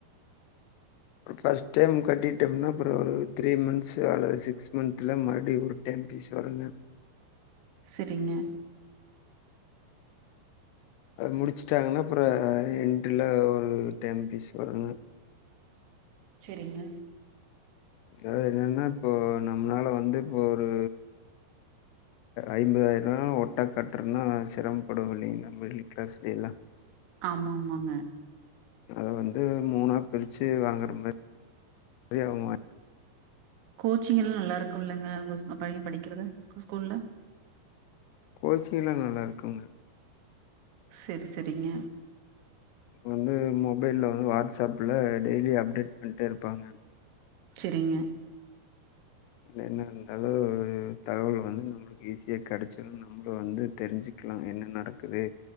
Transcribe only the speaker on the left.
ஃபர்ஸ்ட் டேம் கட்டிட்டோம்னா அப்றோ ஒரு த்ரீ மந்த் அல்லது சிக்ஸ் மந்த்ல மறுபடியு ஓரு டேம் பீஸ் வருங்க
அது முடிச்சுட்டாங்கன்னா அப்பறோ எண்டில ஒரு டேன் பீஸ் வரும்
அதாவது என்னென்னா இப்ப நம்மளால வந்து இப்ப ஒரு ஐம்பதாயிர ஒட்டா கட்றன்னா சிரமப்படுவோ இல்லேங்களா மிடில் கிளாஸ்ல எல்லா
அத வந்து மூணா பிரிச்சு வாங்கற மாறி <unintelligible>
கோச்சிங்லா நல்லாருக்குங்க
வந்து மொபைல்ல வந்து வாட்ஸ்அப்ல டெய்லி அப்டேட் பண்டே இருப்பாங்க
என்ன இருந்தாலும் தகவல் வந்து நம் ஈஸியா கிடச்சதுனு நம்மளு வந்து தெரிஞ்சுக்கலா என்ன நடக்குது